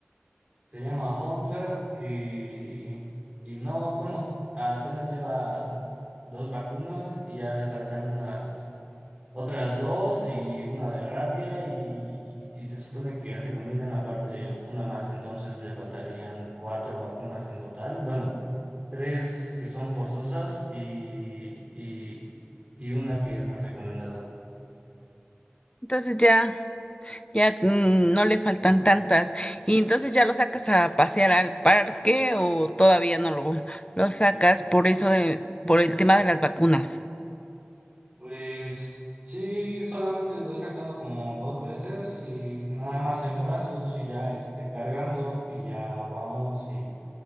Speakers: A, on the right; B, on the left.
A: Se llama Hunter y, y no, bueno, apenas lleva dos vacunas y ya le faltan unas otras dos y una de rabia y, y se supone que recomiendan aparte una más, entonces le faltarían cuatro vacunas en total. Bueno, tres que son forzosas y, y, y una que es recomendada.
B: Entonces ya, ya mm, no le faltan tantas y entonces ya lo sacas a pasear al parque o todavía no lo, lo sacas por eso de, por el tema de las vacunas.
A: Pues sí, solamente lo he sacado como dos veces y nada más en brazos y ya este, cargando y ya vamos y